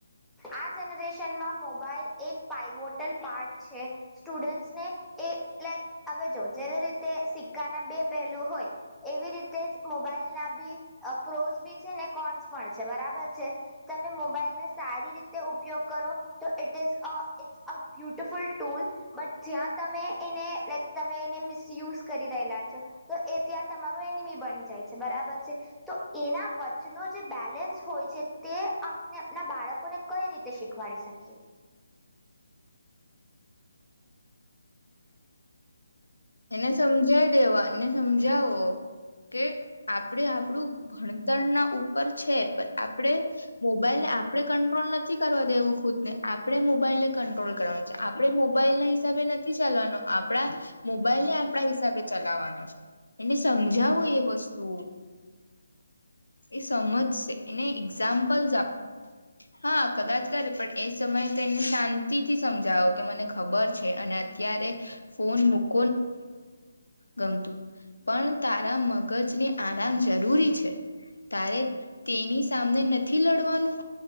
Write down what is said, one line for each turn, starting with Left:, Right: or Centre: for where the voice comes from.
Centre: આ જનરેશનમાં મોબાઈલ એક પઇવોટલ પાર્ટ છે સ્ટુડન્ટસ ને એ લાઇક હવે જો જેવી રીતે સિક્કાના બે પહેલું હોય એવી રીતે જ મોબાઈલ ના બી પ્રોસ બી છે ને કોન્સ પણ છે બરાબર છે તમે મોબાઈલને સારી રી રતે ઉપયોગ કરો તો it is a it's a beautiful tool but જ્યાં તમે એને લાઈક તમે એને મિસયુઝ કરી રહેલા છો તો એ ત્યાં તમારું એનિમી બની જાય છે બરાબર છે તો એના વચચે એનો જે બેલેન્સ હોય છે તે આપને આપના બાળકોને કઈ રીતે શીખવાડી શકીએ.
Left: એને સમજાવ દેવા એને સમજાવો. કે આપડે આપણું ભણત ણ ના ઉપર છે પણ આપણે મોબાઈલને આપણે કંટ્રોલ નથી કરવા દેવું ખુદ ને આપણે મોબાઈલને કંટ્રોલ કરવાનું છે આપણે મોબાઈલ ના હિસાબે નથી ચાલવાનું આપણા મોબાઈલ ને આપણા હિસાબે ચલાવવાનો છે એને સમજાવો એ વસ્તુ એ સમજશે એને એક્ઝામ્પલ્સ આપો હા કદાચ કર પણ એ સમયે તો એને શાંતિથી સમજાવો કે મને ખબર છે અને અત્યારે ફોન મુક મ ગમતું પણ તારા મગજને આરામ જરૂરી છે તારે તેની સામને નથી લડવાનું